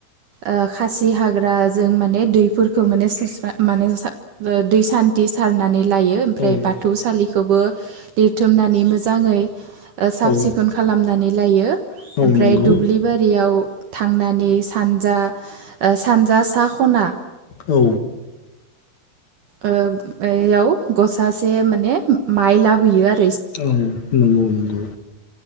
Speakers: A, on the right (about 65°); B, on the left (about 50°).
A: ओ खासि हाग्राजों माने। दैफोरखो माने सुस्रा माने। ओ दै सान्ति सारनानै। लायो ओमफ्राय
B: औ
A: बाथौ सालि खोबो लिरथुमनानै मो जाङै ओ साब
B: औ
A: सिखोन खालामनानै। जायो।
B: औ
A: ओमफ्राय
B: नंगौ
A: दुब्लि बारियाव। थांनानै। सानजा ओ सानजा सा। ख'ना।
B: औ।
A: ओ इयाव गसासे माने माइ लाबोयो आ
B: औ नंगौ नंगौ।